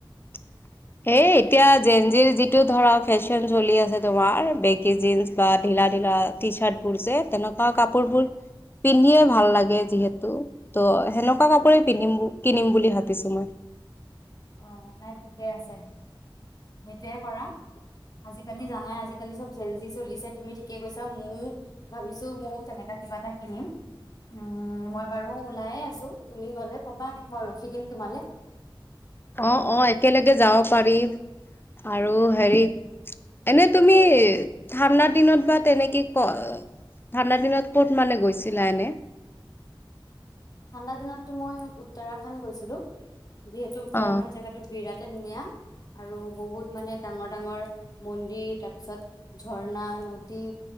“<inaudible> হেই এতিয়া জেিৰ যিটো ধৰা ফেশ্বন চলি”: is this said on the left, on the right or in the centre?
Left